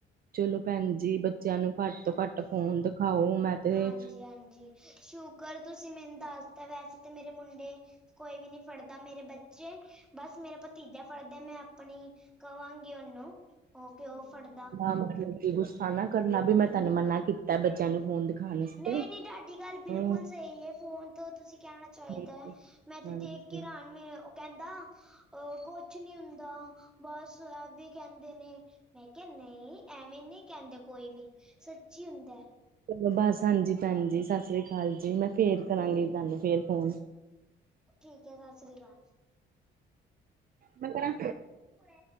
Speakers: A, on the right (about 50°); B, in the centre.
A: ਚਲੋ ਭੈਣ ਜੀ ਬੱਚਿਆਂ ਨੂੰ ਘੱਟ ਤੋਂ ਘੱਟ ਫੋਨ ਦਿਖਾਓ ਮੈਂ ਤੇ
B: ਹਾਂਜੀ ਹਾਂਜੀ ਸ਼ੁਕਰ ਤੁਸੀਂ ਮੈਨੂੰ ਦੱਸਤਾ ਵੈਸੇ ਤੇ ਮੇਰੇ ਮੁੰਡੇ ਕੋਈ ਵੀ ਨੀ ਫੜਦਾ ਮੇਰੇ ਬੱਚੇ ਬਸ ਮੇਰਾ ਭਤੀਜਾ ਫੜਦਾ ਮੈਂ ਆਪਣੀ ਕਵਾਂਗੀ ਉਹਨੂੰ ਉਹ ਕਿਉ ਫੜਦਾ
A: ਹਮਾਰੇ ਤੇ ਗੁੱਸਾ ਨਾ ਕਰਨਾ ਵੀ ਮੈਂ ਤਹਨੂੰ ਮਨਾ ਕੀਤਾ ਬੱਚਿਆਂ ਨੂੰ ਫੋਨ ਦਿਖਾਣ ਆਸਤੇ।
B: ਨਹੀਂ ਨਹੀਂ ਤੁਹਾਡੀ ਗੱਲ ਬਿਲਕੁਲ
A: ਹੂੰ,
B: ਸਹੀ ਏ ਫੋਨ ਤੋਂ ਤੁਸੀਂ ਕਹਿਣਾ ਚਾਹੀਦਾ
A: ਹਾਂਜੀ,
B: ਹੈ ਮੈਂ ਤੇ
A: ਹਾਂਜੀ।
B: ਦੇਖ ਕੇ ਹੈਰਾਨ ਉਹ ਕਹਿੰਦਾ ਅ ਕੁਛ ਨੀ ਹੁੰਦਾ ਬਸ ਐਵੇਂ ਕਹਿੰਦੇ ਨੇ ਮੈਂ ਕਿਹਾ ਨਹੀਂ ਐਵੇਂ ਨਹੀਂ ਕਹਿੰਦੇ ਕੋਈ ਵੀ ਸੱਚੀ ਹੁੰਦਾ
A: ਚਲੋ ਬਸ ਹਾਂਜੀ ਭੈਣ ਜੀ ਸਤਿ ਸ੍ਰੀ ਅਕਾਲ ਜੀ ਮੈਂ ਫੇਰ ਕਰਾਂਗੀ ਤੁਹਾਨੂੰ ਫੇਰ ਫੋਨ
B: ਠੀਕ ਹੈ ਸਤਿ ਸ਼੍ਰੀ ਅਕਾਲ
A: ਪੰਦਰਾਂ
B: ਕਿ ਓਐ